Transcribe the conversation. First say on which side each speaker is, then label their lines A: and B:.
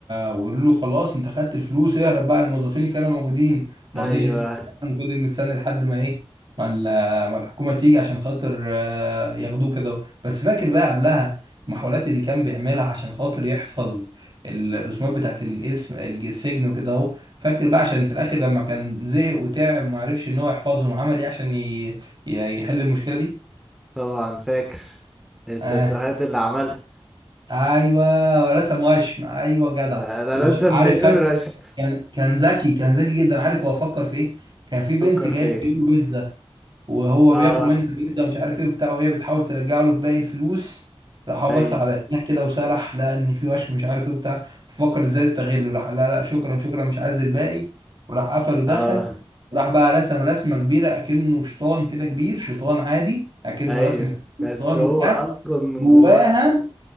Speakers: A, on the right; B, in the centre.
A: ويقول له خلاص انت خدت الفلوس اهرب بقى الموظفين اللي كانوا موجودين ما
B: ايوه
A: رضيش يسمع الكلام وفضل مستني لحد ما ايه ما, ال... ما الحكومه تيجي عشان خاطر آه، ياخدوه كده بس فاكر بقى قبلها المحاولات اللي كان بيعملها عشان خاطر يحفظ الرسومات بتاعت الاسم السجن وكده اهو فاكر بقى عشان في الاخر لما كان زهق وتعب وما عرفش ان هو يحفظهم عمل ايه عشان ي... ي- يحل المشكله دي
B: طبعا فاكر التاتوهات
A: اه
B: اللي عملها
A: ايوه رسم وشم ايوه جدع
B: انا رسم
A: وعارف
B: مليون
A: خد
B: رشة
A: كان كان ذكي كان ذكي جدا عارف هو فكر في ايه كان في بنت
B: فكر
A: جايه
B: فيه
A: بتجيب له بيتزا وهو
B: اه
A: بياخد منه البيتزا مش عارف ايه وبتاع وهي بتحاول ترجع له باقي الفلوس راح هو بس
B: ايوه
A: على ايديها كده وسرح لقى ان في وشم مش عارف ايه وبتاع ففكر ازاي يستغله راح لا لا شكرا شكرا مش عايز الباقي وراح قفل ودخل
B: اه
A: وراح بقى رسم رسمه كبيره اكنه شيطان كده كبير شيطان عادي اكنه
B: ايوه
A: رسمه
B: بس
A: شيطان
B: هو
A: وبتاع
B: اصلا من
A: جواها
B: جواه